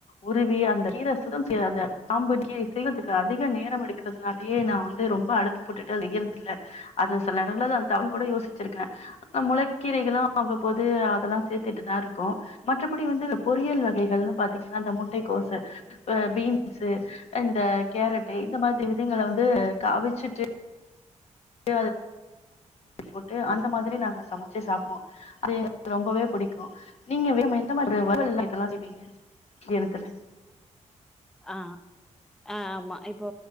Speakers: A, on the left; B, in the centre.
A: உருவி அந்த கீர சுத்தம் செய்ய அந்த காம்பு கி ள்றதுக்கு அதிக நேரம் எடுக்கறதுனாலயே நா வந்து ரொம்ப அழுப்பு பட்டுட்டு செய்யறதில்ல அது சில எடங்கள்ல அது தவன் கூட யோசிச்சிருக்கே முளைக்கீரைகளு அவ்வப்போது அதெல்லா சேத்துட்டுதா இருக்கோ மற்றபடி வந்து பொரியல் வகைகள்னு பாத்திங்கனா அந்த முட்டை கோசு பீன்ஸு இந்த கேரட்டு இந்த மாதிரி விதங்கள வந்து காவிச்சுட்டு <inaudible> போட்டு அந்த மாதிரி நாங்க சமச்சு சாப்டுவோ அது எங்ளுக்கு ரொம்பவே பிடிக்கு நீங்க எந்த மாதிரி வருவல் இதெல்லா செய்விங்க மத்யானத்துல
B: ஆ ஆ ஆமா இப்போ